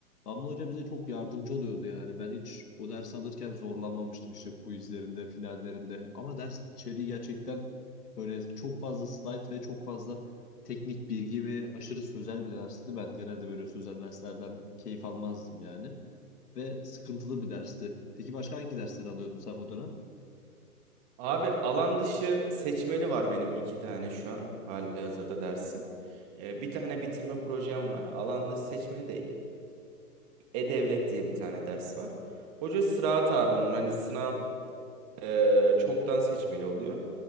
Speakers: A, on the left; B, on the right.
A: Damla Hoca bize çok yardımcı oluyordu yani. Ben hiç o dersi alırken zorlanmamıştım işte quizlerinde, finallerinde. Ama ders içeriği gerçekten böyle çok fazla slide ve çok fazla teknik bilgi ve aşırı sözel bir dersti. Ben genelde böyle sözel derslerden keyif almazdım yani. Ve sıkıntılı bir dersti. Peki başka hangi dersleri alıyordun sen bu dönem?
B: Abi alan dışı seçmeli var benim iki tane şu an hali hazırda dersim. Ee, bir tane bitirme projem var. Alan dışı seçmeli de e, E-Devlet diye bir tane ders var. Hoca sıraat abi onun hani sınav e, çoktan seçmeli oluyor.